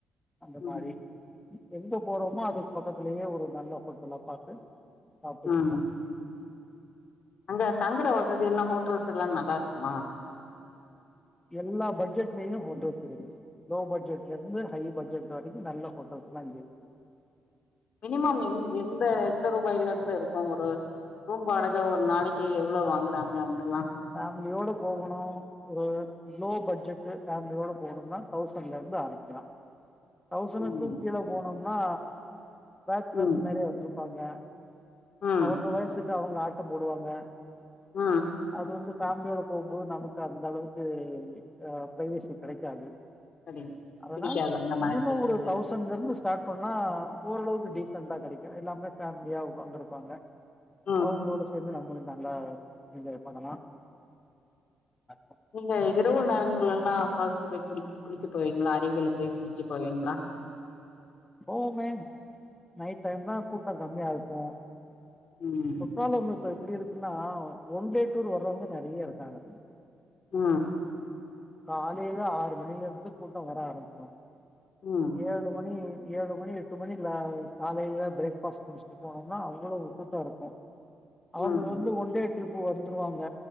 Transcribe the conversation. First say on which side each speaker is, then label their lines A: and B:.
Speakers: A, on the left; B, on the left.
A: அந்த
B: ம்
A: மாரி எங்க போறோமோ அதுக் பக்கத்திலேயே ஒரு நல்ல ஹோட்டலா பாத்து சாப்ட்டுக்குடுங்க
B: ம் அங்க தங்கற வசதி எல்லா ஹோட்டல்ஸ் எல்லா நல்லா இருக்குமா
A: எல்லா பட்ஜெட்லயு ஹோட்டல்ஸ் இருக்கு லோ பட்ஜெட்ல இருந்து ஹை பட்ஜெட் வரைக்கு நல்ல ஹோட்டல்ஸ்ல்லா
B: மினிமம் எந் எந்த எந்த ரூபாயிலேர்ந்து இருக் இப்ப ஒரு ரூம் வாடக ஒரு நாளைக்கு எவ்ளோ வாங்கறாங்க அங்கல்லா
A: ஃபேமிலியோட போகுணு ஒ லோ பட்ஜெட்டு ஃபேமிலியோட போகணும்னா தௌசண்ட்லர்ந்து ஆரம்பிக்கலா தௌசனுக்கும்
B: ம்
A: கீழே போனோம்னா பேச்சுலர்ஸ்
B: ம்
A: நெறையே வந்திருப்பாங்க
B: ம்
A: அவுங்க வயசுக்கு அவுங்க ஆட்டம் போடுவாங்க
B: ஆ
A: அது வந்து ஃபேமிலியோட போம்போது நமக்கு அந்த அளவுக்கு அ ப்ரைவெசி கெடைக்காது
B: சரி
A: அதனால
B: பிடிக்காது அந்த
A: மினிமம்
B: மாதிரிக்கு பிடிக்காது
A: ஒரு தௌசண் இப்ப இங்கிருந்து ஸ்டார்ட் பண்ணா ஓரளவுக்கு டீசெண்ட்டா கெடைக்கு எல்லாமே ஃபேமிலியா உக்காந்திருப்பாங்க
B: ம்
A: அவுங்களோட சேந்து நம்மளு நல்லா என்ஜாய் <unintelligible>
B: நீங்க இரவு நேரங்கள்லெல்லா ஃபால்ஸ்ல போய் குளிக் குளிக்க போவீங்க்ளா அருவியல போய் குளிக்க போவேங்க்ளா
A: போவுமே நைட் டைம்தான் கூட்டோ கம்மியா இருக்கு
B: ம்
A: குற்றாலம் இப்ப எப்டி இருக்குன்னா ஒன்டே டூர் வர்றவங்க நெறையா இருக்காங்க
B: அ
A: காலையில ஆறு மணிலேருந்து கூட்டோ வர ஆரம்பிச்சிரு
B: ம்
A: ஏழு மணி ஏழு மணி எட்டு மணில காலைல பிரேக்ஃபாஸ்ட் முடிச்சிட்டு போனோம்னா அவ்ளோ கூட்டோ இருக்கு அவுங்களு
B: ம்
A: வந்து ஒன் டே ட்ரிப் வந்துருவாங்க